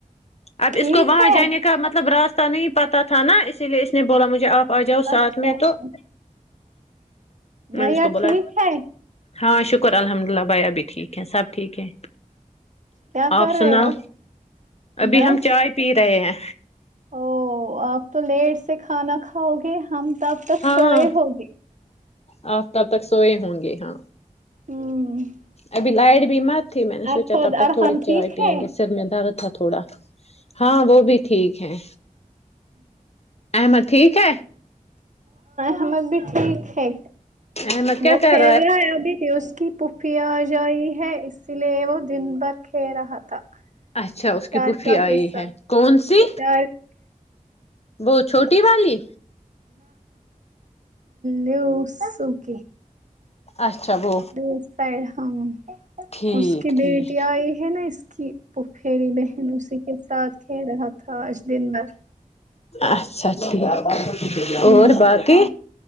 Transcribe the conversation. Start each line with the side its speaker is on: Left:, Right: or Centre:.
Left: اب
Right: ٹھیک
Left: اس کو وہاں
Right: ہے
Left: جانے کا مطلب راست نہیں پتا تھا نا اسی لیے اس نے بولا مجھے آپ آ جاؤ ساتھ
Right: اچھا
Left: میں
Right: اچھا
Left: تو <inaudible>
Right: بھیا
Left: اس کو بولا
Right: ٹھیک ہے
Left: ہاں شکر الحمد للہ بھائی ابھی ٹھیک ہے سب ٹھیک ہے
Right: کیا کر
Left: آپ سنا
Right: رہے ہو
Left: ابھی
Right: بس
Left: ہم چائے پی رہے ہیں
Right: او آپ تو لیٹ سے کھانا کھاؤ گے ہم تب تک
Left: ہاں
Right: سوئے ہوگے
Left: ا تب تک سوئے ہوں گے ہاں
Right: اور
Left: ابھی لائٹ بھی مت تھی میں نے
Right: ارفد
Left: سوچا تب تک
Right: ارحان
Left: تھوڑی
Right: ٹھیک
Left: چائے پیئیں
Right: ہے
Left: گے سر میں درد تھا تھوڑا ہاں وہ بھی ٹھیک ہے ام ٹھیک ہے
Right: ہمر بھی ٹھیک ہے
Left: احمد کیا
Right: وہ
Left: کر
Right: کھیل رہا ہے ابھی بھی اس کی پفیا آ جائی ہے اس لیے وہ دن بر کے رہا تھا
Left: اچھا اس
Right: شارکا
Left: کی پفی آئی
Right: کے ساتھ
Left: ہے کون سی
Right: شارک
Left: وہ چھوٹی والی
Right: لو سوک
Left: اچھا وہ
Right: دو سائڈ ہاں
Left: ٹھیک
Right: اس کی
Left: ٹھیک
Right: بیٹی آئی ہے نا اس کی پ پھیری بہن اسی کے ساتھ کھیل رہا تھا آج دن بھر
Left: اچھا ٹھیک
Right: ہمم
Left: اور باقی